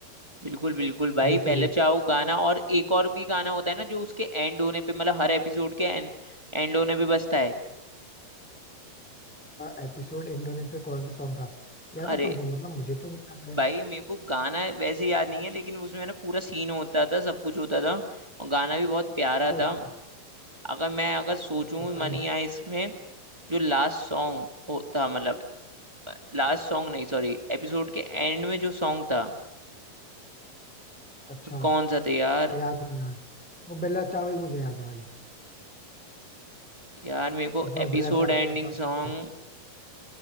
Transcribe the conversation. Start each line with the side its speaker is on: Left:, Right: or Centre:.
Right: बिल्कुल बिल्कुल भाई
Centre: ये
Right: पहले
Centre: सीरीज
Right: चाहो गाना और एक और भी गाना होता है ना जो उसके एंड होने पे मतलब हर एपिसोड के एंड होने पे बजता है
Centre: एपिसोड एंड होने पे कौन सा सॉन्ग था याद
Right: अरे
Centre: है तुमको मतलब मुझे तो नहीं याद है
Right: भाई मेरे को गाना वैसे याद नहीं है लेकिन उसमें ना पूरा सीन होता था सब कुछ होता था और गाना भी बहुत प्यारा
Centre: अच्छा अच्छा
Right: था अगर मैं अगर सोचूं
Centre: पता
Right: मनी
Centre: नहीं
Right: आए इसमें जो लास्ट सॉन्ग होता मतलब लास्ट सॉन्ग नहीं सॉरी एपिसोड के एंड में जो सॉन्ग था
Centre: अच्छा
Right: कौन सा था यार
Centre: याद नहीं यार वो बेला चाव ही मुझे याद है भाई
Right: यार मेरे को
Centre: इसमें
Right: एपिसोड
Centre: वो बेला चाव
Right: एंडिंग
Centre: बेला चाव
Right: सॉन्ग
Centre: करके आते